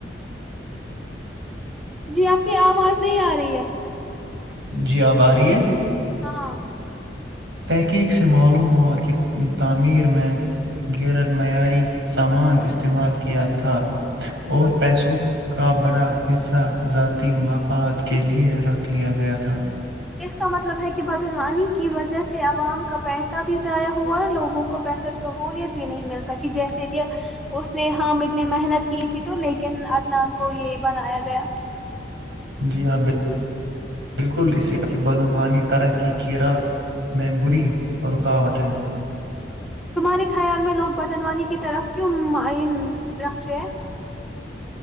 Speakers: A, in the centre; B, on the right.
A: جی آپ کی آواز نہیں آ رہی ہے
B: جی آب آ رہی ہے
A: ہاں
B: تحقیق سے معلوم ہوا کہ تعمیر میں گیرر معیاری سامان استعمال کیا تھا اور پیسوں کا بڑا حصہ ذاتی مفاد کے لیئے رکھ لیا گیا تھا
A: اس کا مطلب ہے کہ بدعنوانی کی وجہ سے عوام کا پیسہ بھی ضائع ہوا اور لوگوں کو بہتر سہولیت بھی نہیں مل سکی جیسے کہ اس نے ہم اتنی محنت کی تھی تو لیکن عدنان کو یہ بنایا گیا
B: جی ہاں بالکل اسی بدعنوانی ترقی کیرا ممبی رکاوٹ ہے
A: تمہارے خیال میں لوگ بدن وانی کی طرف کیوں معین رکھتے ہیں